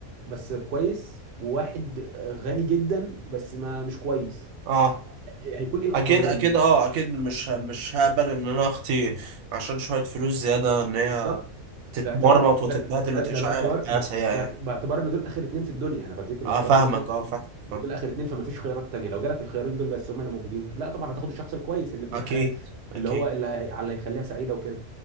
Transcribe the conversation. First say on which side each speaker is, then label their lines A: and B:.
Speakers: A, on the right; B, on the right.
A: بس كويس وواحد غني جدا بس ما مش كويس
B: آه.
A: هيكون ايه الافضليه
B: اكيد اكيد
A: لمين
B: اه اكيد مش ه- مش هقبل ان انا اختي عشان شوية فلوس زيادة ان هي
A: بالظبط
B: تتمرمط
A: باعتبار
B: وتتبهدل
A: ده, ده,
B: وتعيش
A: ده باعتبار
B: حياة حياة
A: ب-
B: سيئة
A: باعت-
B: يعني
A: باعتبار ان دول اخر اتنين في الدنيا انا بديك باعتبار
B: اه فاهمك
A: ان هم د-
B: اه فاهمك
A: ان
B: فاهمك.
A: دول اخر اتنين فما فيش خيارات تانية لو جالك الخيارين دول بس هم اللي موجودين لا طبعا هتاخد الشخص الكويس اللي ابن
B: اكيد
A: الحلال اللي
B: اكيد
A: هو اللي هي... على اللي يخليها سعيده وكده